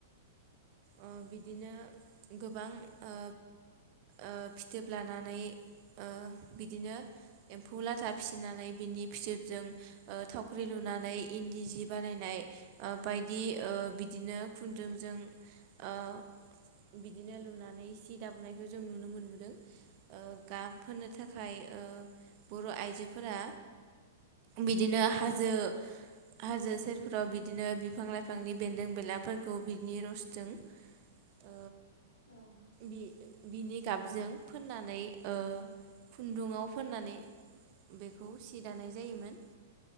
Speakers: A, on the right; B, on the left.
A: ओ बिदिनो गोबां ओ ओ फिथोब लानानै ओ बिदिनो एम्फौ लाथा फिसिनानै बिनि फिथोबजों ओ थाव ख्रि लुनानै
B: औ
A: इन्दि जि बानायनाय ओ बायदि ओ
B: औ
A: बिदिनो खुन्दुंजों ओ बिदिनो लुनानै सि दाबोनायखौ जों नुनो मोनबोदों। ओ गाब <unintelligible> थाखाय
B: औ
A: ओ बर' आइजोफोरा बिदिनो
B: औ नंगौ
A: हाजो हाजो सेरफोराव बिदिनो बिफां लाइ फांनि बेन्दों
B: औ
A: बेलाफोरखौ बिनि रस ओ
B: औ।
A: बि बिनि गाबजों फोननानै ओ
B: औ
A: खुन्दुंआव फोननानै <unintelligible> खौ सि दानाय
B: औ
A: जायोमोन